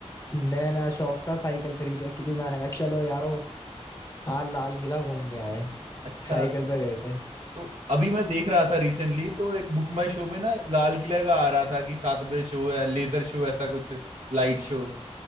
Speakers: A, on the left; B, on the right.
A: नया नया शौक था साइकिल खरीद रखी थी मैंने कहा चलो यारो आज लाल किला घूम के आए हैं।"
B: अच्छा
A: साइकिल पे गए थे
B: तो अभी मैं देख रहा था रिसेंटली तो एक बुक माई शो में ना लाल किला का आ रहा था कि सात बजे शो है लेजर शो ऐसा कुछ Light show